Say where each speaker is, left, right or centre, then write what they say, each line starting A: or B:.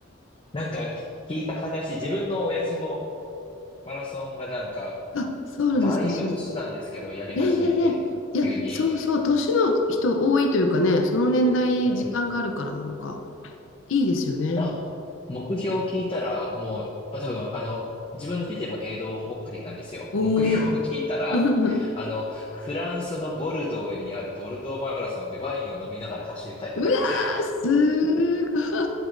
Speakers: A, on the left; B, on the left.
A: なんか聞いた話、自分の親父もマラソンがなんか
B: あ、そうなんですか、
A: だいぶ年なんですけど、
B: 趣味。
A: やり始めて、
B: ええええいや、
A: 急に。
B: そうそう、年の人多いというかね、その年代、
A: うん。
B: 時間があるからなのか、いいですよね。
A: なん目標を聞いたら、もう、あ多分、あの、自分の父も営農目的なんですよ。
B: おお。
A: 目標を聞いたら、
B: <laughs>
A: あの、フランスのボルドーにあるボルドーマラソンでワインを飲みながら走りたいとか言って、
B: うわー、すーご